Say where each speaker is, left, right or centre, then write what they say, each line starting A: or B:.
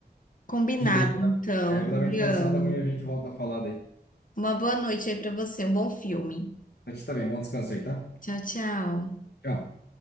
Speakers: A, on the left (about 55°); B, on the left (about 75°).
A: combinado
B: e daí vou
A: então,
B: dar, é, vou
A: Juliano.
B: dar uma descansada, amanhã a gente volta a falar daí.
A: Uma boa noite aí pra você, um bom filme.
B: Pra ti também, bom descanso aí, tá?
A: Tchau, tchau.
B: Tchau.